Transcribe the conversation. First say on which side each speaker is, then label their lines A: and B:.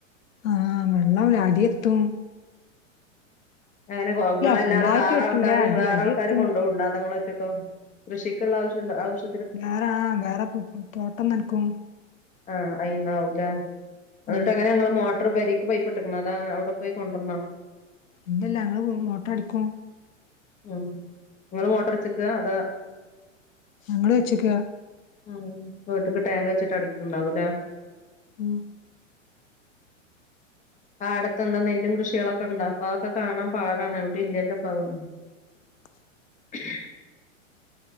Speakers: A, on the left; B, on the left.
A: ആഹ് വെള്ളം ല അട്യെത്തും
B: അങ്ങനെ കൊ ങ്ങളല്ലാതെ
A: ഫുള്ളായിട്ട്
B: വേറാൾക്കാര്
A: വറ്റൂല അടി
B: വേറാൾക്കാര്
A: അടിയെത്തും
B: കൊണ്ടോക്ണ്ടോ അതൊ ങ്ങളൊ റ്റക്കോ കൃഷിക്ക്ള്ള ആവ്ശ്യള്ള ആവ്ശ്യ
A: വേറെ ആ വേറെ തോട്ടം നൻക്കും
B: ആ അയ്ന്നാവുലെ ന്ന്ട്ട്
A: ആ
B: എങ്ങനെ ങ്ങള് മോട്ട്റ് പെരീ ക്ക് പയ്പ്പ്ട്ട്ക്ക്‌ണാ അതാ അവ്ടെ പോയി കൊണ്ടാെർണാെ
A: ഇല്ലല്ല ഞങ്ങള് മോട്ട്റടിക്കും
B: ഉം ഇങ്ങള് മോട്ട്റെച്ച്ക്കാ അതാ
A: ഞങ്ങള് വെച്ച്ക്കാ
B: ഉം വീട്ട്ക്ക് ടേങ്ക് വെച്ച്ട്ട് അടിക്ക്ണ്ടാവുലേ
A: ഓ
B: പാടത്തെന്താ നെല്ലും കൃഷികളൊക്കെണ്ടാ പ്പ അ ഒക്കെ കാണാം പാടാണ് എവ്ടിംല്ല്യല്ലാെപ്പതൊന്നും
A: <unintelligible>
B: <unintelligible>